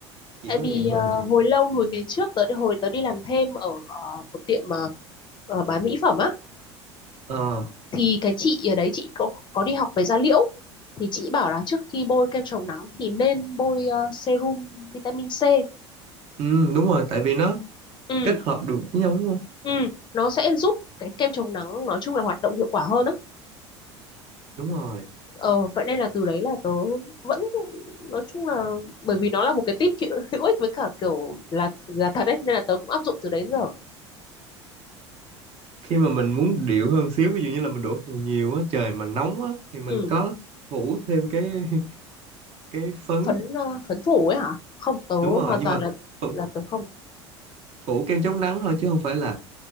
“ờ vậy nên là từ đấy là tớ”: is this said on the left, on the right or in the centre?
Left